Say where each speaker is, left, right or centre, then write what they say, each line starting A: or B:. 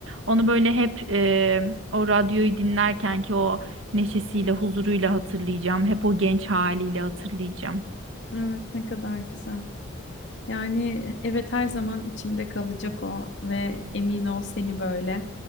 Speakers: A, on the right; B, on the left.
A: Onu böyle hep e, o radyoyu dinlerken ki o neşesiyle, huzuruyla hatırlayacağım. Hep o genç haliyle hatırlayacağım.
B: Evet, ne kadar güzel. Yani evet her zaman içinde kalacak o ve emin ol seni böyle.